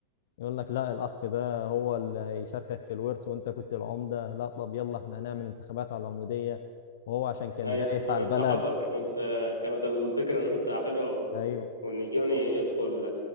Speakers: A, on the left; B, on the left.
A: يقول لك لا الاخ ده هو اللي هيشاركك في الورث وانت كنت العمده لا طب يلا احنا هنعمل انتخابات على العموديه وهو عشان كان
B: ايوه
A: دايس
B: <laughs>
A: على البلد
B: صح حصل كانت كانت الفكره نفسها حلوه و...
A: ايوه
B: وان يوني يدخل